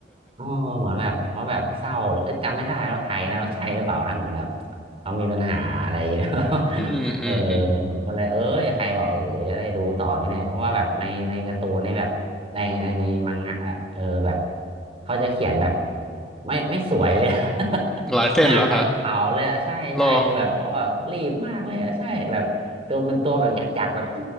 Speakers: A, on the right (about 35°); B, in the centre.
A: อ๋อเหมือนแบบเขาแบบเศร้าหรือเอยจำไม่ได้ว่าใครนะว่าใช่หรือเปล่านะเหมือนแบบเขามีปัญหาอะไรแล้ว
B: อืมอืมอืม
A: <laughs> เออเหมือนก็เลยเอ้ยใครบอกโอ้โหจะได้ดูต่อไหมเนี่ยเพราะว่าแบบในในการ์ตูนนี่แบบในในในมังงะอะเออแบบเขาจะเขียนแบบไม่ไม่สวยเลย <laughs>
B: ลายเส้นเหรอฮะ
A: งานแบบเผาเลยอะใช่ใช่คือแบบเพราะว่ารีบมากเลยอะใช่แบบตัวเป็นตัวแบบหยักๆแบบ
B: รอ